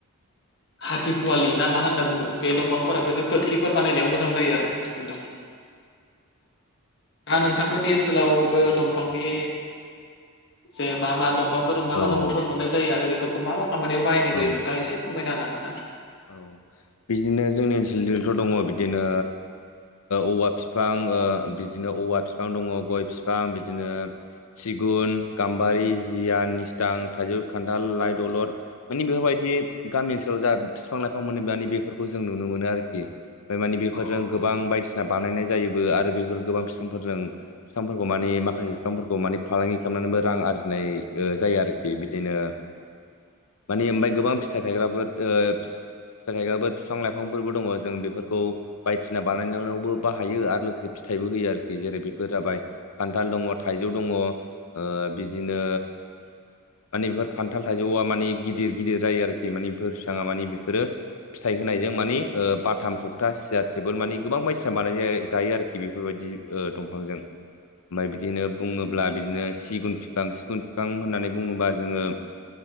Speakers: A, on the left; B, on the left.
A: हाथिफुवालि ना मा होनना बुङो बे दंफांफोराबो जे खोरखिफोर बानायनायाव मोजां जायो आरो नोंथां आ नोंथांमोननि ओनसोलावबो दंफांनि जे मा मा दं फांफोर मा
B: औ
A: मा
B: औ
A: दंफांफोर मोननाय जायो आरो बेफोरखौ मा मा खामानियाव बाहायनाय जायो
B: औ
A: नोंथाङा एसे फोरमायनो हागोन ना
B: औ बिदिनो जोंनि ओनसोलथिंथ' दङ बिदिनो औवा बिफां बिदिनो औवा बिफां दङ गय बिफां बिदिनो सिगुन गाम्बारि जिया निस्थां थाइजौ खान्थाल लाइ दलर माने बेफोरबायदि गामि ओनसोलाव जा बिफां लाइफां मोनो मानि बेफोरखौ जों नुनो मोनो आरोखि ओमफ्राय माने बेफोरजों
A: औ
B: गोबां
A: नोंथां
B: बायदि बानायनाय जायोबो आरो बेफोर गोबां बिफांफोरजों बिफांफोरखौ माने माखासे बिफांफोरखौ माने फालांगि खालामनानैबो रां आरजिनाय जायो आरोखि बिदिनो
A: <inaudible>
B: माने ओमफ्राय गोबां फिथाइ थायग्राफोर ओ फिथाइ थायग्राबो फिफां लाइफांफोरबो दङ जों बेफोरखौ बायदिसिना बानायनायावबो बाहायो आरो लोगोसे फिथाइबो होयो आरोखि जेरै बेफोर जाबाय खान्थाल दङ थाइजौ दङ बिदिनो माने बेफोर खान्थाल थाइजौआ माने गिदिर गिदिर जायो आरोखि माने बेफोर बिफाङा माने बेफोरो फिथाइ होनायजों मानि बाथाम थखथा सियार टेबोल मानि गोबां बायदिसिना बानाय जायो आरो खि बेफोरबायदि दंफांजों
A: <inaudible>
B: ओमफ्राय बिदिनो बुङोब्ला बिदिनो सिगुन बिफां सिगुन बिफां होननानै बुङोब्ला जोङो